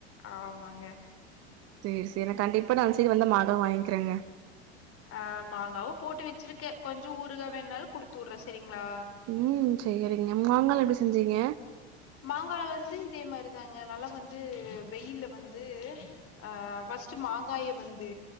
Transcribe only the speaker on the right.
சேரி சேரி கண்டிப்பா நா அந் சைடு வந்தா மறக்காம் வாய்ங்கிறேங்க
ம் சேரிங்க மாங்கால எப்டி செஞ்சீங்க